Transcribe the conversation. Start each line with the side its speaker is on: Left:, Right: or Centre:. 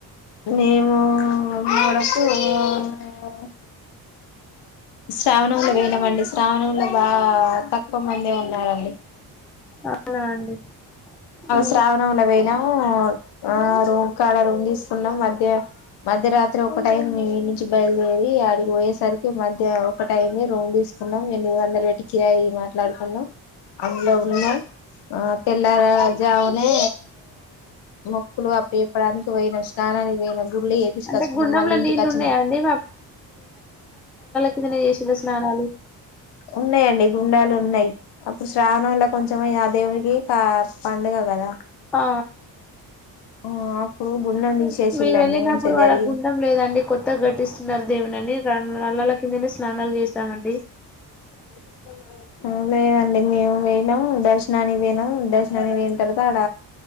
Left: మేము <unintelligible> శ్రావణంలో పోయినమండి శ్రావణంలో బా తక్కువ మందే ఉన్నారండి
Centre: అవునా అండి, ఆ
Left: శ్రావణంలో పోయినాము ఆ ఆ రూమ్ కాడ రూమ్ తీసుకున్నం మధ్య మధ్య రాత్రి ఒక టైంద్ మేం మీ నుంచి బయలుదేరి అడికి పోయేసరికి మ్య ఇగ ఒకటైంది రూమ్ తీసుకున్నం ఎనిమిదొందలు పెట్టి కిరాయి మాట్లాడుకున్నం అందులో ఉన్నం ఆ తెల్లార జామునే మొక్కులు అప్పాజెప్పడానికి పోయిన ష్నానానికి పోయినం గుళ్ళు చెపిచుకోచ్చుకున్నం
Centre: అంటే గుండంలో
Left: మళ్ళీ ఇంటికి
Centre: నీళ్ళు
Left: అచ్చినం
Centre: ఉన్నాయా అండి ఎదన్న చేసిర్ర స్నానాలు
Left: ఉన్నాయండి గుండాలు ఉన్నాయి అప్పుడు శ్రావణంల కొంచం ఆ దేవుడికి పా పండుగ కదా
Centre: ఆ
Left: ఆ అప్పుడు గుండం తీసేసిల్లండి
Centre: మేము వెళ్ళినప్పుడు
Left: మంచిగా
Centre: ఆడ
Left: జరిగి
Centre: గుండం లేదండి కొత్తగా గట్టిస్తున్నారు దేవనండి రెండు నల్లల కిందనే స్నానాలు చేసామండి
Left: అ లేదండి మేము వయినం, దర్శనానికి పోయినం దర్శనానికి వయిన తర్వాత ఆడ